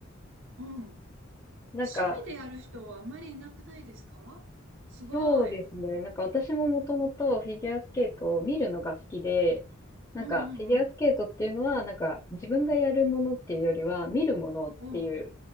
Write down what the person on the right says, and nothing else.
うん。
趣味でやる人はあんまりいなくないですかすごい。
うんうん
うん。